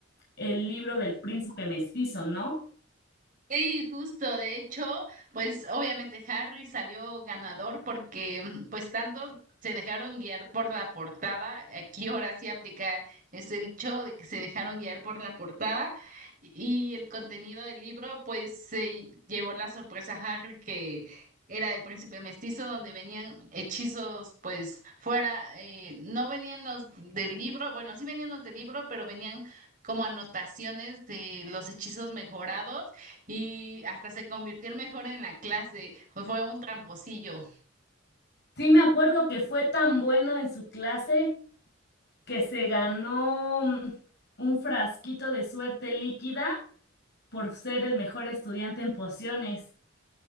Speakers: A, on the left; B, on the right.
A: el libro del príncipe mestizo, ¿no?
B: Sí, justo, de hecho, pues obviamente Harry salió ganador porque mm, pues tanto se dejaron guiar por la portada, aquí ahora sí aplica ese dicho de que se dejaron guiar por la portada y el contenido del libro pues se llevó la sorpresa a Harry que era el príncipe mestizo donde venían hechizos pues fuera, eh, no venían los del libro, bueno sí venían los del libro pero venían como anotaciones de los hechizos mejorados y hasta se convirtió el mejor en la clase. Fue un tramposillo.
A: Sí me acuerdo que fue tan bueno en su clase que se ganó mm, un frasquito de suerte líquida por ser el mejor estudiante en pociones.